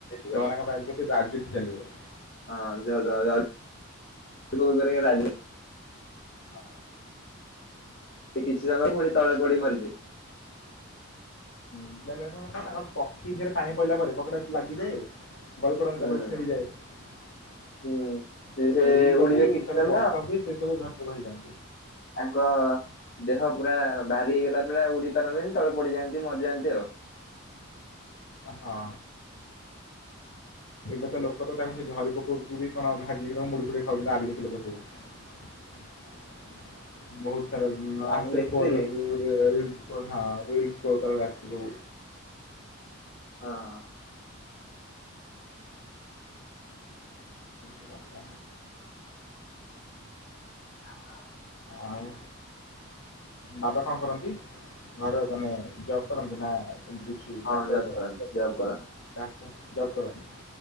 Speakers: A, on the left; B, on the left.
A: ହଁ
B: ସେମାନଙ୍କ
A: ଝ
B: ପାଇଁ ରାଜୁତି ଚାଲିବ।
A: ହଁ ଯ ଯ ଝ ରି ପୋକ ହେରିକା ରାଜୁ
B: ହଁ।
A: ସେ କିଛି ସମୟ ପୁଣି ତଳେ ପଡ଼ିକି ମରିଜିବେ।
B: ମେନ୍ ହେଲା କଣ ତାଙ୍କର ପକ୍ଷୀ ଦେହରେ ପାଣି ପଡ଼ିଲା ପରେ ପକ୍ଷୀଟା ଲାଗିଯାଏ। ବଳିପଡ଼ନ୍ତି
A: ହୁଁ।
B: ତାପରେ ଛିଡ଼ିଯାଏ।
A: ହୁଁ ଯେ ସେ
B: ଉଇ ସବୁ
A: ଉଡିବେ
B: ଯେତେବେଳେ
A: କିଛି ସମୟ
B: ବର୍ଷା ହୁଏ ସେ ସବୁଝରି ପୋକ ହେଇଯାଆନ୍ତି।
A: ତାଙ୍କ ଦେହ ପୁରା ଭାରି ହେଇଗଲା ପରେ ଆଉ ଉଡ଼ି ପାରନ୍ତିନି ତଳେ ପଡ଼ିଯାଆନ୍ତି ମରିଯାଆନ୍ତି ଆଉ।
B: ହଁ। ଏବେ ତ ଲୋକ ତ ତାଙ୍କ ସେ ଝରିପୋକକୁ ବି କଣ ଭାଜିକି ମୁଡ଼ି ଫୁଡ଼ି ଖାଉ ଆଦିବାଶୀ ଲୋକ ସବୁ। ବହୁତ ସାରା
A: ହଁ
B: ଆସେ
A: ମୁଁ ଦେଖିଥିଲି
B: ଫୋନରେ ସବୁ ରିଲସ୍ ପରଦା ହଁ ରିଲସ ପରଦା କୁ ଆସେ ସବୁ।
A: ହଁ।
B: ଲଙ୍କା।
A: ହାଲୋ।
B: ଆଉ ବାବା କଣ କରନ୍ତି? ଘରେ ମାନେ ଜଵ୍ କରନ୍ତି ନା ଏମତି କିଛି
A: ହଁ
B: ଡାକ୍ତର ଜବ୍
A: କରନ୍ତି ଜବ୍ କରନ୍ତି
B: ଡାକ୍ତର ଜବ୍ କରନ୍ତି?